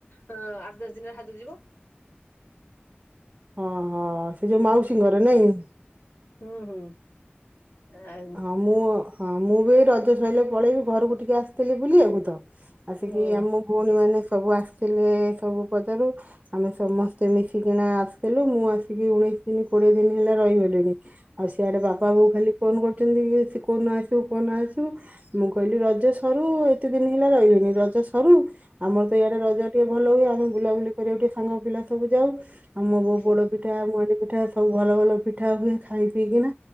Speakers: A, on the left; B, on the right.
A: ହ ଆଠ ଦଶ ଦିନରେ ହାତ ଯିବ।
B: ଓଁହୋ ସେ ଯୋଉ ମାଉସୀଙ୍କର ନାଇଁ କି?
A: ହୁଁ ହୁଁ। ଆ
B: ହଁ ମୁଁ ହଁ ମୁଁ ବି ଏ ରଜ ସଇଲେ ପଳେଇବି ଘରକୁ ଟିକେ ଆସିଥିଲି ବୁଲିବାକୁ ତ। ଆସିକି
A: ହୁଁ
B: ଆମ ଭଉଣୀ ମାନେ ସବୁ ଆସିଥିଲେ ସବୁ ପଦାରୁ, ଆମେ ସମସ୍ତେ ମିଶିକିନା ଆସିଥିଲୁ ମୁଁ ଆସିକି ଉଣେଇଶ ଦିନ କୋଡିଏ ଦିନ ହେଲା ରହିଗଲିଣି। ଆଉ ସିଆଡ଼େ
A: ହୁଁ
B: ବାପା ବୋଉ ଖାଲି ଫୋନ୍ କରିଛନ୍ତି ସେ କୋଉନ ଆସିବୁ କୋଉନ ଆସିବୁ, ମୁଁ କହିଲି ରଜ ସରୁ ଏତେ ଦିନ ହେଲା ରହିଲିଣିି ରଜ ସରୁ ଆମର ତ ଇଆଡେ ରଜା ଟିକେ ଭଲ ହୁଏ ଆମେ ବୁଲାବୁଲି କରିବାକୁ ଟିକେ ସାଙ୍ଗ ପିଲା ସବୁ ଯାଉ। ଆମବୋଉ
A: ହୁଁ
B: ପୋଡ ପିଠା ମଇଣ୍ଡି ପିଠା ସବୁ ଭଲ ଭଲ ପିଠା ହୁଏ ଖାଇ ପିଇକିନା